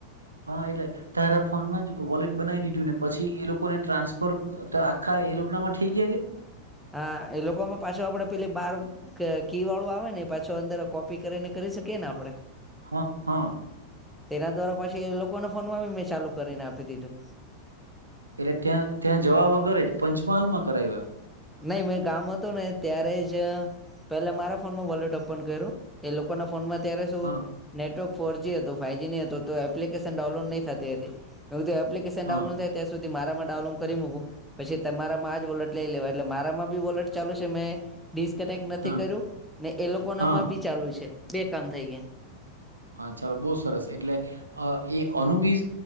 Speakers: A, on the right; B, in the centre.
A: હા એટલે તારા ફોનમાં જ વોલેટ બનાવી દીધું ને પછી એ લોકો ને ટ્રાન્સફર તો આખ્યા એ લોક નામાં ઠી છે કે
B: હા એ લોકોમાં પાછું આપડે પેલી બાર કે કી વાળું આવે ને પાછો અંદર કોપી કરીને કરી શકીએ ને આપડે.
A: હા, હા
B: તેના દ્વારા પછી એ લોકોને ફોનમાં મે ચાલુ કરીને આપી દીધું.
A: એટલે ત્યાં ત્યાં જવા વગર જ પંચમહાલ માં કરાવ્યા
B: નઈ મેં ગામ હતું ને ત્યારે જ પેલા મારા ફોનમાં વોલેટ ઓપન કર્યું એ લોકોના ફોનમાં અ્યારે શું
A: હા
B: નેટવર્ક ફોર જ હતો ફ હતો તો એપ્લિકેશન ડાઉડ ન થતી હતી એપ્શન
A: હા
B: ડઉડ થ અ્યાં સુધી મારામાં ડાઉનલોંગ કરી મકું પછી તમારા માં આજ બોટ લઈ લેવા એટલે મારામાં બી વોલેટ ચાલુ છે મેં ડિસકનેક્ટ નથી
A: હા
B: કર્યું ને એ લોકોનામાં
A: હા
B: બી ચાલુ છે બે કામ થઈ ગયા
A: હા ચાલો બહુ સરસ એટલે અ એ અનુબી